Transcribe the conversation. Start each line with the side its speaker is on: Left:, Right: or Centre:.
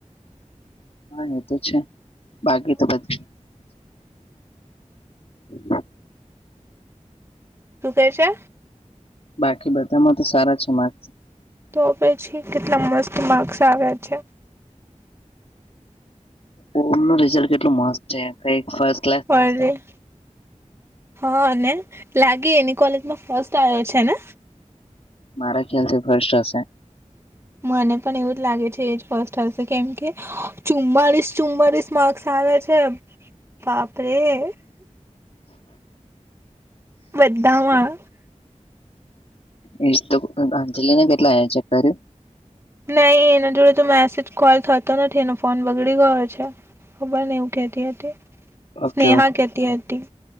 Left: હા એ તો છે. બાકી તો બધું હા
Right: તું કહે છે.
Left: બાકી બધામાં તો સારા છે, મા
Right: તો પછી કેટલા મસ્ત માર્ક્સ આવ્યા છે.
Left: ઓમ નું રિઝલ્ટ કેટલું મસ્ત છે, કઈક ફ
Right: પણ હા ને લાગી એની કોલેજમાં ફસ્ટ આવ્યો છેને
Left: મારા ખ્યાલ થી ફસ્ટ હશે
Right: મને પણ એવું જ લાગે છે એ જ ફસ્ટ હશે કેમ કે ચુમ્માળીસ ચુમ્માળીસ માર્ક્સ આવ્યા છે. છે, બાપરેે વધધામાં
Left: એ અંજલીિને કેટલાારે
Right: નહી એના જોડે તો મેસેજ કોલ થતો નથી એનો ફોન બગડી ગયો છે. ખબર ને એવું કેતી હતી
Left: ઓકે
Right: સ્નેહા કેતી